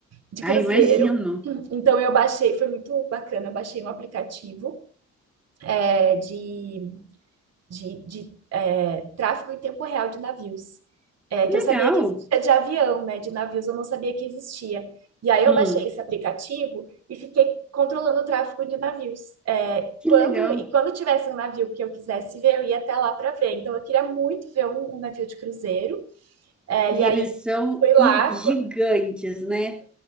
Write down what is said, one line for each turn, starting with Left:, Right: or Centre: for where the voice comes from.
Right: de
Centre: Ah,
Right: cruzeiro.
Centre: imagino.
Right: Então eu baixei, foi muito bacana, eu baixei um aplicativo é, de, de, de é, tráfego em tempo real de navios, é,
Centre: Legal.
Right: que eu sabia que existia de avião, né? De navios eu não sabia que existia. E aí eu
Centre: Hum.
Right: baixei esse aplicativo e fiquei controlando o tráfego de navios. É,
Centre: Que
Right: quando
Centre: legal.
Right: e quando tivesse um navio que eu quisesse ver, eu ia até lá para ver. Então eu queria muito ver um, um navio de cruzeiro. É,
Centre: E
Right: e aí
Centre: eles são
Right: fui lá,
Centre: i- gigantes, né?